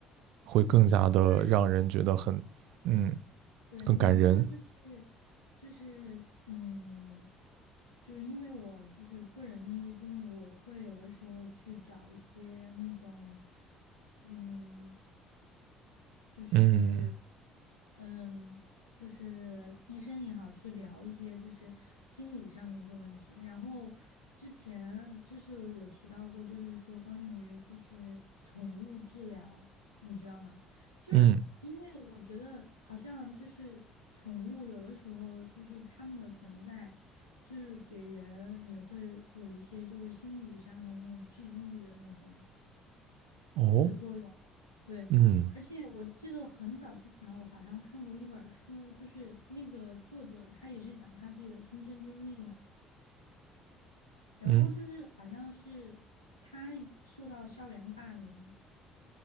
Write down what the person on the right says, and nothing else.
会更加的让人觉得很，
嗯，
更感人。
嗯
嗯
哦
嗯
嗯